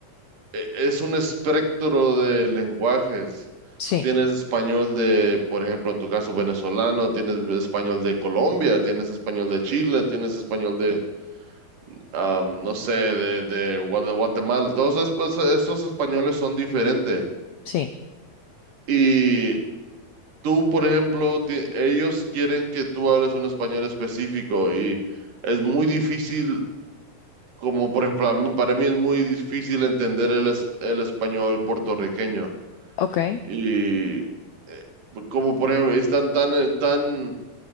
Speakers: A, on the right; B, on the left.
A: e- es un espectro de lenguajes.
B: sí,
A: Tienes español de, por ejemplo, en tu caso venezolano, tienes español de Colombia, tienes español de Chile, tienes español de, am, no sé, de, de Guada- Guatemala. Todos es- pues, esos españoles son diferentes.
B: sí,
A: Y tú, por ejemplo, ti- ellos quieren que tú hables un español específico y es muy difícil, como por ejemplo, a mí- para mí es muy difícil entender el, es- el español puertorriqueño.
B: okay.
A: Y eh, como por ejemplo, están tan, eh, tan